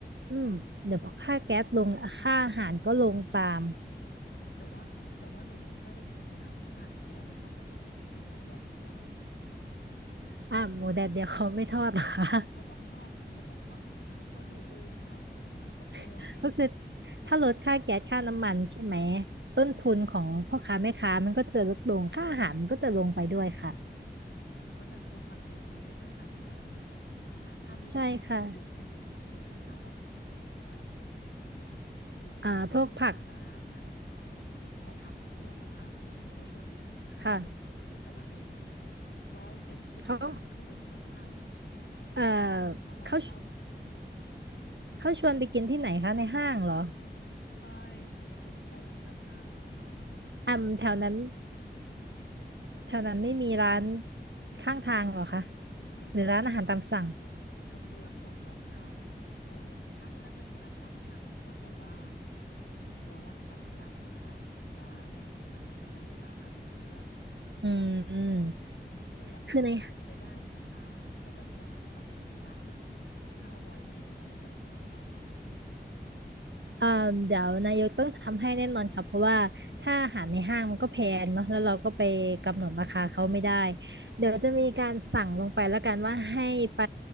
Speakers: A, on the right; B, on the left.
A: อืม เดี๋ยวพอค่าแก๊สลงค่าอาหารก็ลงตาม
B: แต่ว่าแต่ว่าหนูไม่ค่อยได้กินอาหารที่ผ่านแก๊สเลยค่ะท่านนายกหนูกินหมูแดดเดียว
A: อ่าหมูแดดเดียวเขาไม่ทอดหรอคะ
B: อ๋อเขาต้องทอดเขาต้องทอดอ๋อหนูลืมค่ะอุ้ยโอเคโอเค
A: <laughs> ก็คือถ้าลดค่าแก๊สค่าน้ำมันใช่ไหม
B: เออ
A: ต้นทุนของพ่อค้าแม่ค้ามันก็จะลดลงค่าอาหารมันก็จะลงไปด้วยค่ะ
B: อ๋อเออก็น่าเออฟังดูดีเลยนะคะเนี่ยเออถ้าถ้ามีแหล่งของถูกให้หนูด้วยก็ดีนะคะแบบ
A: ใช่ค่ะ
B: แบบอืมคือแถวที่หนูทำงานน่ะ
A: อ่าพวกผัก
B: พอพักเที่ยงอะค่ะพี่ๆเขาชวนไปกินข้าวโอ้โหแต่ละเมนู
A: ค่ะ
B: ร้อยเจ็ดสิบบาทขึ้นนะคะหนูโอ้ย
A: เขาเอ่อ
B: หนูอยากหาร้านข้าวถูก
A: เขาเขาชวนไปกินที่ไหนคะในห้างเหรอ
B: ๆใช่คือมันอยู่ใกล้ที่ทำงานนะคะหนูก็เลยคิดว่า
A: อ่าแถวนั้น แถวนั้นไม่มีร้าน
B: เออ
A: ข้างทางเหรอคะ
B: ไม่มีค่ะหนู
A: หรือร้านอาหารตามสั่ง
B: หนูชำเลืองหมดแล้วค่ะโอ้ถ้าถ้าจะมีร้านตามสั่งหนูต้องแบบว่าหนูกลัวว่าไปกลับอะค่ะมันจะไม่พอมันจะหมดเวลาพักเที่ยงอืม
A: อืมอืม
B: หนูก็เลยแบบจะเป็นไปได้ไหมคะถ้าแบบว่าเราจะมีร้านถูกถูกทุกห้าร้อยเมตรอะไรแบบเนี้ยค่ะ
A: คือในเอ่อเดี๋ยวนายกต้องทำให้แน่นอนค่ะเพราะว่าถ้าอาหารในห้างมันก็แพงเนาะแล้วเราก็ไปกำหนดราคาเขาไม่ได้
B: แพง
A: เดี๋ยวจะมีการสั่งลงไปแล้วกันว่าให้ไป